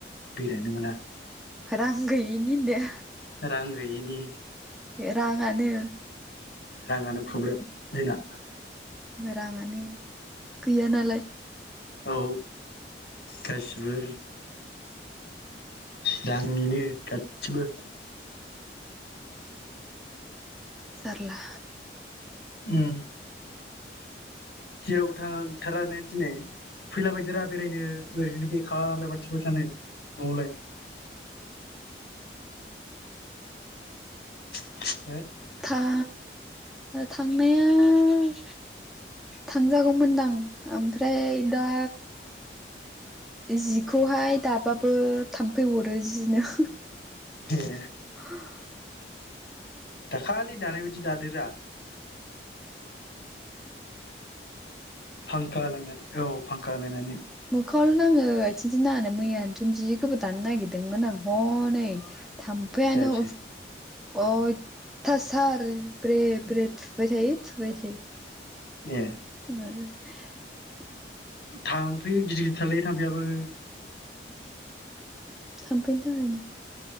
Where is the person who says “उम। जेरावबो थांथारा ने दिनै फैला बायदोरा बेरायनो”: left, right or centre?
Left